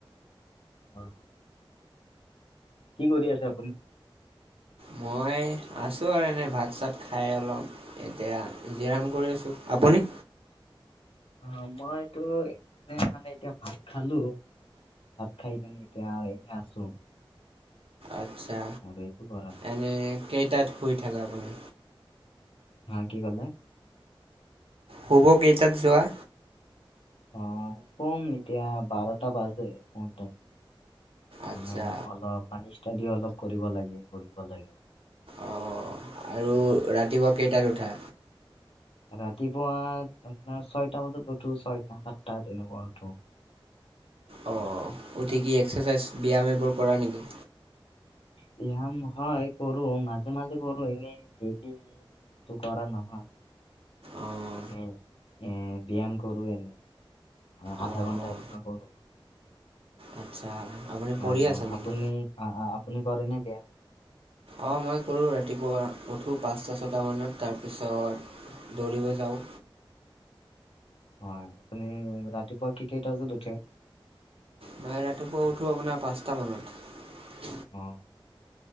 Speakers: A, on the left; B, on the right.
A: হয়। কি কৰি আছে আপুনি?
B: মই এ আছো আৰু এনে ভাত চাত খাই অলপ এতিয়া জিৰাম কৰি আছো, আপুনি?
A: অ' মইতো এনেই মানে এতিয়া ভাত খালো। ভাত খাই কেনি এতিয়া এনে আছো
B: আচ্ছা
A: আৰু একো কৰা নাই।
B: এনে কেইটাত শুই থাকে আপুনি
A: হা কি কলে
B: শুব কেইটাত যোৱা
A: অ' কম এতিয়া বাৰটা বাজে শুওতে
B: আচ্ছা
A: মানে অলপ মানে ষ্টাডি অলপ কৰিব লাগে পঢ়িব লাগে অলপ
B: অ', আৰু
A: সেইকাৰণে।
B: ৰাতিপুৱা কেইটাত উঠা
A: ৰাতিপুৱা আপোনাৰ ছয়টা বজাত উঠো ছয়টা সাতটা তেনেকুৱা উঠো
B: অ',
A: ৰাতিপুৱা।
B: উঠি কি এক্সাৰচাইজ ব্যায়াম এইবোৰ কৰা নেকি
A: ব্যায়াম হয় কৰো মাজে মাজে কৰো এনেই ডেইলি কৰা নহয়
B: অঁ
A: এনেই এ ব্যায়াম কৰোঁ এনেই অ'
B: অঁ
A: আধা ঘণ্টা
B: অঁ
A: এনেকুৱা কৰো
B: আচ্ছা আপুনি পঢ়ি
A: আৰু
B: আছে নেকি?
A: আপুনি আহ আপুনি কৰে নে বায়াম
B: অ', মই কৰোঁ ৰাতিপুৱা উঠো পাঁচটা ছটা মানত তাৰপিছত দৌৰিব যাওঁ
A: হয় আপুনি ৰাতিপুৱা কি কেইটা বজাত উঠে
B: মই ৰাতিপুৱা উঠো আপোনাৰ পাঁচটা মানত
A: অ'